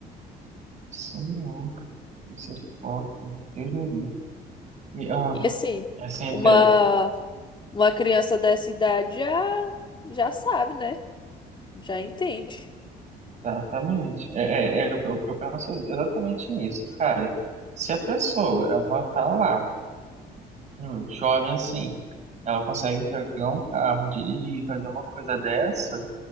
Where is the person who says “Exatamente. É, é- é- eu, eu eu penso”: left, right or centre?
Right